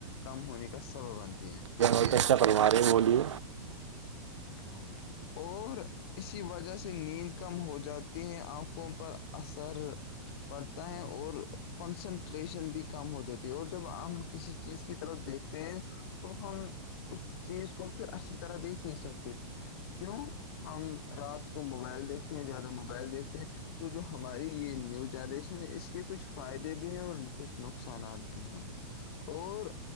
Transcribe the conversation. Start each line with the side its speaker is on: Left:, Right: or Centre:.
Left: کم ہونے کا سبب بنتی ہے
Right: بہت اچھا بنوا رہے ہیں وہولیے
Left: <inaudible> اور اسی وجہ سے نیند کم ہو جاتی ہے آنکھوں پر اثر پڑھتا ہے اور کنسنٹریشن بھی کم ہو جاتی ہے اور جب ہم کسی چیز کی طرف دیکھتے ہیں تو ہم اس چیز کو پھر اچھی طرح دیکھ نہیں سکتے کیوں ہم رات کو موبائل دیکھتے ہیں زیادہ موبائل دیکھتے ہیں تو جو ہماری یہ نیو جنریشن ہے اس کے کچھ فائدے بھی ہیں اور کچھ نقصانات بھی ہیں اور